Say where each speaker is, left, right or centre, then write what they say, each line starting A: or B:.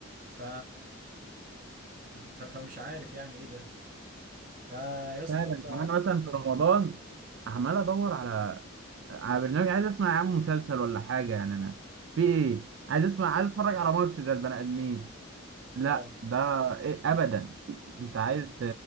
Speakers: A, on the right; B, on the right.
A: ف... ف... فمش عارف يعني ايه ده فيا اسطى
B: فعلا
A: ف
B: يعني انا مثلا في رمضان عمال ادور على على برنامج عايز اسمع يا عم مسلسل ولا حاجه يعني انا في ايه عايز اسمع عايز اتفرج على ماتش زي البني ادمين لا
A: اه
B: ده إيه ابدا انت عايز ت...